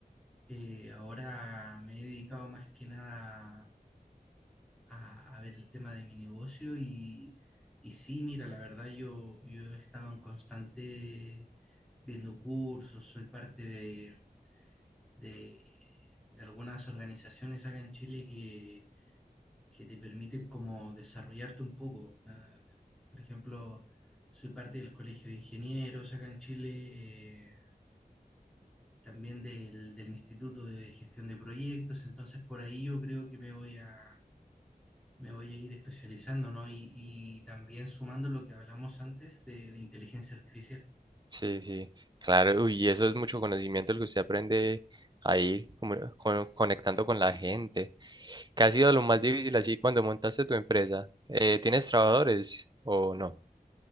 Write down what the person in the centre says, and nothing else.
Eh, ahora me he dedicado más que nada a, a ver el tema de mi negocio y, y sí, mira, la verdad yo, yo he estado en constante viendo cursos, soy parte de, de- de algunas organizaciones acá en Chile que, que te permiten como desarrollarte un poco. Ah, por ejemplo, soy parte del Colegio de Ingenieros acá en Chile. eh, también del, del Instituto de Gestión de Proyectos, entonces por ahí yo creo que me voy a, me voy a ir especializando, ¿no? Y, y también sumando lo que hablamos antes de, de inteligencia artificial.